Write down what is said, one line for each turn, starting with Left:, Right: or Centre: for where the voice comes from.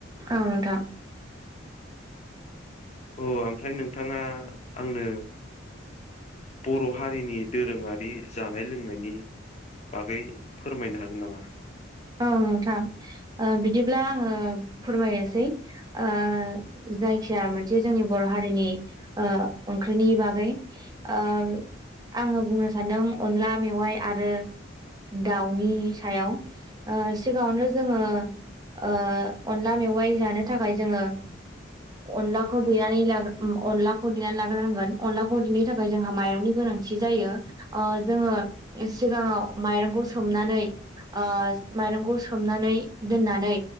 Right: औ नोंथां।
Left: अह ओमफ्राय नोंथाङा आंनो बर' हारिनि दोरोङारि जानाय लोंनायनि बागै फोरमायनो हागोन नामा?
Right: औ नोंथां। ओ िदिब्ला आङो फोरमायनोसै। ओ जायखिया मोनसे जोंनि बर' हारिनि ओ ओंख्रिनि बागै। ओ आङो बुंनो सान्दों अनला मेवाइ आरो दाउनि सायाव। ओ सिगाङावनो जोङो ओ अनला मेवाइ जानो थाखाय जोङो अनला खौ देनानै ला अनलाखौ देनानै लाग्रोनांगोन। अनलाखौ देनो थाखाय जोंहा माइरंनि गोनांथि जायो। ओ जोङो सिगाङाव माइरंखौ सोमनानै ओ माइरंखौ सोमनानै दोननानै